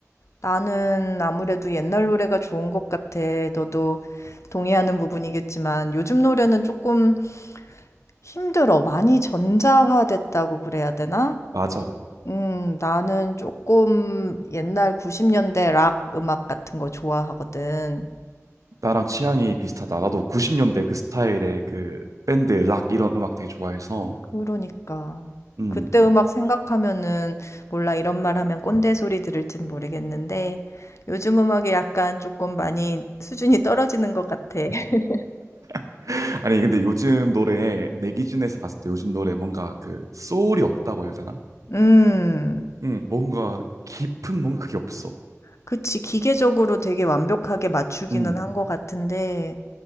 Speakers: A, on the left; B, on the right.
A: 나는 아무래도 옛날 노래가 좋은 것 같아. 너도 동의하는 부분이겠지만 요즘 노래는 조금 힘들어. 많이 전자화됐다고 그래야 되나?
B: 맞아.
A: 음, 나는 조금 옛날 90년대 락 음악 같은 거 좋아하거든.
B: 나랑 취향이 비슷하다. 나도 90년대 그 스타일의 그 밴드, 락 이런 음악 되게 좋아해서.
A: 그러니까.
B: 음.
A: 그때 음악 생각하면은 몰라 이런 말 하면 꼰대 소리 들을진 모르겠는데 요즘 음악이 약간 조금 많이 수준이 떨어지는 것 같아. <laughs>
B: <laughs> 아니, 근데 요즘 노래, 내 기준에서 봤을 때 요즘 노래 뭔가 그 소울이 없다고 해야 되나?
A: 음.
B: 응, 뭔가 깊은 뭔가 그게 없어.
A: 그치. 기계적으로 되게 완벽하게 맞추기는
B: 음.
A: 한 것 같은데,